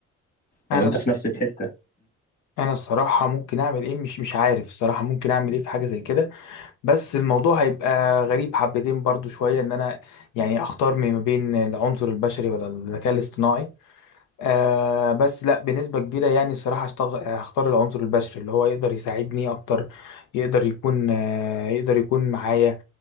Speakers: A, on the left; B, on the left.
A: أنا
B: لو أنت
A: الص-
B: في نفس الحتة
A: أنا الصراحة ممكن أعمل إيه مش مش عارف الصراحة ممكن أعمل إيه في حاجة زي كده بس الموضوع هيبقى غريب حبتين برضو شوية ان انا يعني اختار ما بين العنصر البشري ولا الذكاء الاصطناعي آه بس لا بنسبة كبيرة يعني الصراحة هشتغ- هختار العنصر البشري اللي هو يقدر يساعدني اكتر يقدر يكون آه يقدر يكون معايا